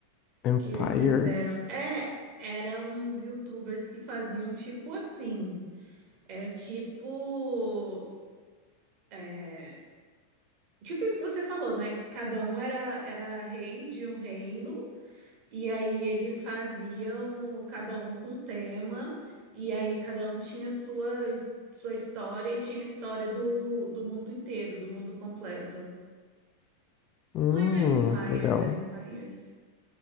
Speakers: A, on the left (about 35°); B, on the right (about 40°).
A: Empires.
B: que eles fizeram. É, eram uns YouTubers que faziam tipo assim. Era tipo. é, tipo isso que você falou, né? Cada um era, era rei de um reino. E aí eles faziam cada um com um tema, e aí cada um tinha sua sua história e tinha a história do, do mundo inteiro, do mundo completo.
A: Hum,
B: Não era Empires,
A: legal.
B: era Empires?